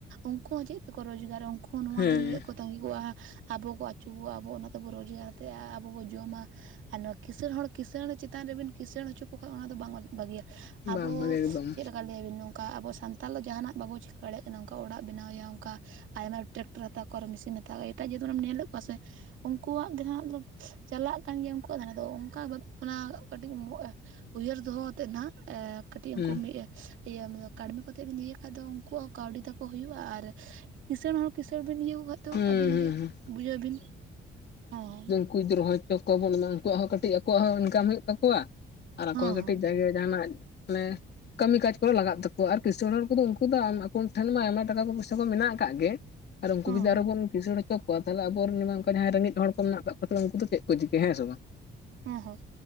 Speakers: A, on the right; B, on the left.
A: ᱩᱱᱠᱩ ᱦᱚᱸ ᱪᱮᱫ ᱛᱮᱠᱚ ᱨᱚᱡᱽᱜᱟᱨᱟ? ᱠᱚ ᱱᱚᱶᱟ
B: ᱦᱮᱸ
A: ᱫᱤᱱ ᱦᱳᱭᱳᱜ ᱠᱚ ᱛᱟᱸᱜᱤ ᱠᱚᱜ-ᱟ ᱟᱵᱚ ᱠᱚ ᱟᱹᱪᱩᱜ-ᱟ ᱟᱵᱚ ᱚᱱᱟ ᱛᱮᱵᱚ ᱨᱚᱡᱽᱜᱟᱨ ᱛᱮ ᱟᱵᱚ ᱵᱚ ᱡᱚᱢᱟ ᱟᱨ ᱱᱚᱣᱟ ᱠᱤᱸᱟᱹᱬ ᱦᱚᱲ ᱠᱤᱸᱥᱟᱹᱬ ᱪᱮᱛᱟᱱ ᱨᱮᱵᱤᱱ ᱠᱤᱸᱟᱹᱬ ᱦᱚᱪᱚ ᱠᱚ ᱠᱷᱟᱡ ᱚᱱᱟ ᱫᱚ ᱵᱟᱝ ᱵᱷᱟᱹᱜᱤᱭᱟ
B: ᱵᱟᱝ
A: ᱟᱵᱚ
B: ᱵᱷᱟᱜᱮ ᱮᱠᱫᱚᱢ
A: ᱪᱮᱫ ᱞᱮᱠ ᱞᱟᱹᱭᱵᱤᱱ ᱱᱚᱝᱠᱟ ᱟᱵᱚ ᱥᱟᱱᱛᱟᱞ ᱫᱚ ᱡᱟᱦᱟᱱᱟᱜ ᱵᱟᱵᱚ ᱪᱤᱠᱟᱹ ᱫᱟᱲᱮᱭᱟᱜ ᱠᱟᱱᱟ ᱚᱝᱠᱟ ᱚᱲᱟᱜ ᱵᱮᱱᱟᱣᱮᱭᱟ ᱚᱱᱠᱟ ᱟᱭᱢᱟ ᱴᱨᱟᱠᱴᱟᱨ ᱦᱟᱛᱟᱣ ᱠᱚᱣᱟ ᱟᱨ ᱢᱮᱥᱤᱱ ᱦᱟᱛᱟᱣ ᱠᱚᱣᱟ ᱮᱴᱟᱜ ᱡᱟᱹᱛ ᱠᱚᱢ ᱧᱮᱞᱮᱫ ᱠᱚᱣᱟ ᱥᱮ? ᱩᱱᱠᱩᱣᱟᱜ ᱜᱮ ᱦᱟᱸᱜ ᱪᱟᱞᱟᱜ ᱠᱟᱱ ᱜᱮᱭᱟ ᱫᱷᱟᱨᱮ ᱫᱚ ᱩᱱᱠᱩᱣᱟᱜ ᱟᱫᱚ ᱚᱱᱠᱟ ᱚᱱᱟ ᱠᱟᱹᱴᱤᱡ ᱩᱭᱦᱟᱹᱨ ᱫᱚᱦᱚ ᱟᱛᱮᱫ ᱱᱟᱜ ᱠᱟᱹᱴᱤᱡ
B: ᱦᱩᱸ
A: ᱩᱱᱠᱩ ᱢᱤᱫ ᱤᱭᱟᱹ ᱠᱟᱹᱲᱢᱤ ᱠᱚᱛᱮ ᱵᱤᱱ ᱤᱭᱟᱹ ᱠᱷᱟᱡ ᱫᱚ ᱩᱱᱠᱩᱣᱟᱜ ᱠᱟᱹᱣᱰᱤ ᱛᱟᱠᱚ ᱦᱩᱭᱩᱜᱼᱟ, ᱟᱨ ᱠᱤᱸᱤᱥᱟᱹᱬ ᱦᱚᱲ ᱠᱤᱸᱥᱟᱹᱬ ᱵᱤᱱ ᱤᱭᱟᱹ ᱠᱟᱜ ᱫᱚ
B: ᱦᱩᱸ ᱦᱩᱸ
A: ᱟᱹᱵᱤᱱ
B: ᱦᱩᱸ
A: ᱜᱮ ᱵᱩᱡᱷᱟᱹᱣ ᱵᱤᱱ ᱚᱸᱻ
B: ᱩᱫ ᱨᱚᱦᱚᱭ ᱦᱚᱪᱚ ᱠᱚᱣᱟᱵᱚᱱ ᱮᱢᱟ ᱩᱱᱠᱩᱣᱟᱜ ᱦᱚᱸ ᱠᱟᱹᱴᱤᱡ ᱟᱠᱚᱣᱟᱜ ᱦᱚᱸ ᱤᱱᱠᱟᱢ ᱦᱩᱭᱩᱜ ᱛᱟᱠᱚᱣᱟ ᱟᱨ ᱟᱠᱚᱣᱟᱜᱴᱤᱡ
A: ᱦᱚᱸ
B: ᱴᱤᱡ ᱡᱟᱜᱮ ᱡᱟᱦᱟᱱᱟᱜ ᱚᱱᱮ ᱠᱟᱹᱢᱤ ᱠᱟᱡᱽ ᱠᱚᱨᱮ ᱞᱟᱜᱟᱜ ᱛᱟᱠᱣᱟ ᱟᱨ ᱠᱤᱥᱥᱟᱹᱬ ᱦᱚᱲ ᱠᱚᱫᱚ ᱩᱱᱠᱩ ᱫᱚ ᱟᱠ ᱴᱷᱮᱱ ᱢᱟ ᱟᱭᱢᱟ ᱴᱟᱠᱟ ᱠᱚ ᱯᱚᱭᱥᱟ ᱠᱚ ᱢᱮᱱᱟᱜ ᱠᱟᱫ ᱜᱮ, ᱟᱨ
A: ᱦᱚᱸ
B: ᱩᱱᱠᱩ ᱡᱩᱫᱤ ᱟᱨᱦᱚᱵᱚᱱ ᱠᱤᱥᱟᱹᱟᱹᱲ ᱦᱚᱪᱚ ᱠᱚᱣᱟ ᱛᱟᱦᱚᱞᱮ ᱟᱵᱚᱨᱮᱱ ᱡᱟᱦᱟᱸ ᱨᱮᱸᱜᱮᱡ ᱦᱚᱲ ᱠᱚ ᱢᱮᱱᱟᱜ ᱠᱟᱜ ᱠᱚᱛᱟ ᱵᱚᱱᱟ ᱩᱱᱠᱩ ᱫᱚ ᱪᱮᱫ ᱠᱚ ᱪᱤᱠᱟᱹᱭᱟ ᱦᱮᱸ ᱥᱮ ᱵᱟᱝ?
A: ᱦᱚᱸ-ᱦᱚᱸ,